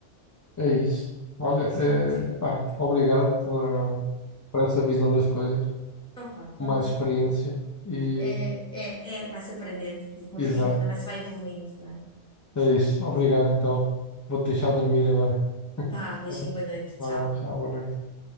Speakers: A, on the left; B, in the centre.
A: É isso. Olha, eh, pá, obrigado pela, por essa visão das coisas,
B: Então, pronto,
A: mais experiência
B: é,
A: e
B: é, é, é, vai-se aprendendo e, como
A: exato.
B: eu digo, também se vai evoluindo, não é?
A: É isso. Obrigado, então. Vou-te deixar dormir agora. <laughs>
B: Tá, beijinho,
A: Tá bem?
B: boa noite,
A: Vá,
B: tchau.
A: tchau, boa noite.